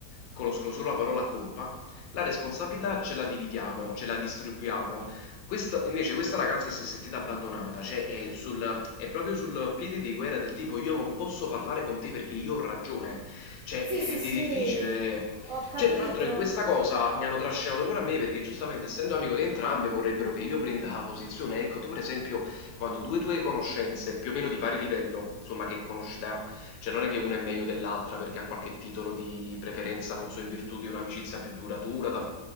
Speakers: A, on the left; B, on the right.
A: conoscono solo la parola colpa, la responsabilità ce la dividiamo, ce la distribuiamo. Questa, invece questa ragazza si è sentita abbandonata, cioè è sul, è proprio sul piede di guerra del tipo io non posso parlare con te perché io ho ragione. Cioè,
B: Sì,
A: è
B: sì, sì,
A: di difficile.
B: ho capito.
A: Cioè, tra l'altro in questa cosa mi hanno trascinato pure a me perché giustamente essendo amico di entrambe vorrebbero che io prenda la posizione. Ecco, tu per esempio, quando due tue conoscenze più o meno di pari livello, insomma che conosci da, cioè non è che una è meglio dell'altra perché ha qualche titolo di preferenza, non so, in virtù di un'amicizia più duratura, da-